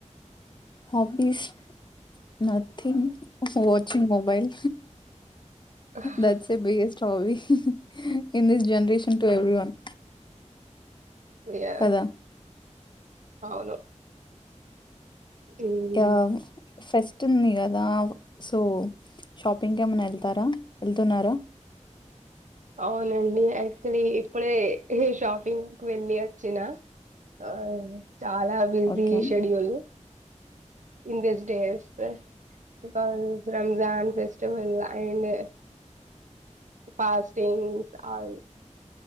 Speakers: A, on the left; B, on the right.
A: హబీస్ నథింగ్ వాచింగ్ మొబైల్
B: మీవి
A: that's the biggest hobby in this generation to everyone
B: yeah
A: కదా
B: అవును మ్మ్
A: య సెట్ వస్తుంది కదా సో షాపింగ్ కి ఏమన్నా వెళ్తారా వెళ్తున్నారా
B: అవునండి యాక్చులీ ఇప్పుడే షాపింగ్ వెళ్ళి వచ్చిన ఆ చాలా busy
A: okay.
B: Schedule in this days bus Ramzan festival and పా తేన్స్ ఆరు